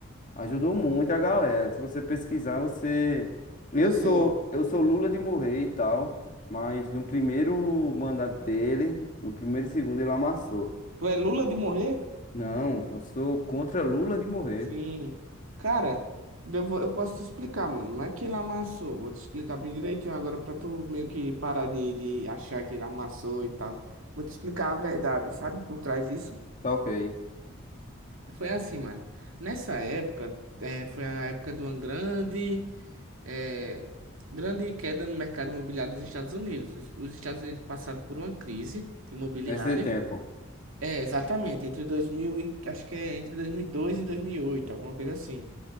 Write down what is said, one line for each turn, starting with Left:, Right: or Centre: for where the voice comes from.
Left: ajudou muito a galera. Se você pesquisar, você. Eu
Right: Você.
Left: sou, eu sou Lula de morrer e tal, mas no primeiro mandato dele, no primeiro e segundo, ele amassou.
Right: Tu é Lula de morrer?
Left: Não, eu sou contra Lula de morrer.
Right: Sim. Cara, eu vou- eu posso te explicar, mano. Não é que ele amassou. Vou te explicar bem direitinho agora pra tu meio que parar de, de achar que ele amassou e tal. Vou te explicar a verdade, sabe? Por trás disso.
Left: Tá ok.
Right: Foi assim, mano. Nessa época, eh, foi a época do Angrande. é, grande queda no mercado imobiliário dos Estados Unidos. Os os Estados Unidos passaram por uma crise imobiliária.
Left: Nesse tempo,
Right: É, exatamente, entre 2000 e, acho que é entre 2002 e 2008, alguma coisa assim.